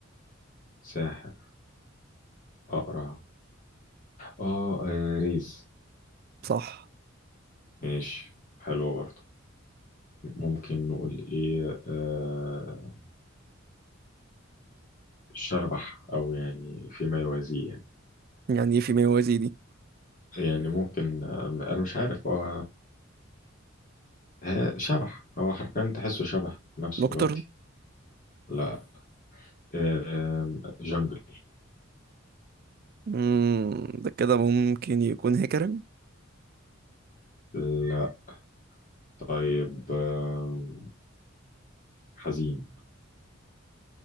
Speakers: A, on the left; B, on the right.
A: ساحر أقرع آه آه، ريز
B: صح
A: ماشي حلوة برضه ممكن نقول إيه آه شبح أو يعني فيما يوازيه يعني
B: يعني إيه في موازي دي
A: يعني ممكن آه، أنا مش عارف هو ها- شبح هو حرفيا تحسه شبح نفسه
B: نوكترن
A: دلوقتي لا آم، جنجل
B: مم، ده كده ممكن يكون هيكرم
A: لا طيب آم، حزين